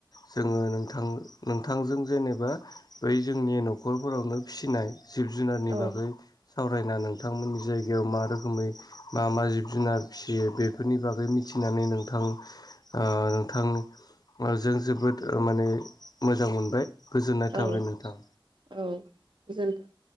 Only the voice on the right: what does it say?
औ
औ
औ गोजोनथों